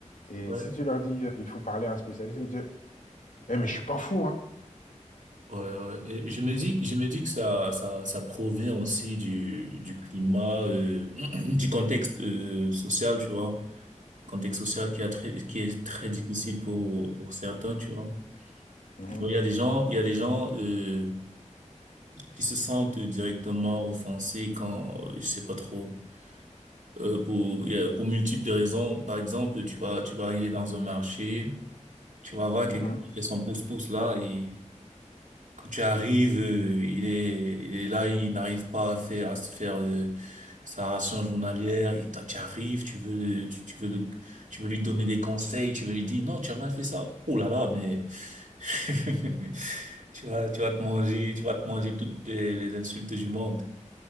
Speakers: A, on the left; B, on the right.
A: Et
B: Ouais,
A: si tu leur dis, euh, il faut parler à un spécialiste, ils vont dire, Eh, mais je suis pas fou, hein.
B: ouais, ouais. Et je me dis, que- je me dis que ça, ça, ça provient aussi du, du climat, euh, <clears throat> du contexte euh, social, tu vois. contexte social qui a très, qui est très difficile pour, pour certains, tu vois.
A: Mhm,
B: Donc, il y a des gens, il y a des gens, euh, qui se sentent directement offensés quand, euh, je sais pas trop, euh, pour, il y a- pour multiples raisons. Par exemple, tu vas, tu vas arriver dans un marché, tu vas voir quelqu'un
A: mhm,
B: qui fait son pouce-pouce là et Quand tu arrives, euh, il est, il est là, il n'arrive pas à faire, à se faire euh, sa ration journalière. Et toi, tu arrives, tu veux, le- tu, tu veux le, tu veux lui donner des conseils, tu veux lui dire non, tu as mal fait ça. Oh là là, mais <laughs> tu vas, tu vas te manger, tu vas te manger toutes les, les insultes du monde.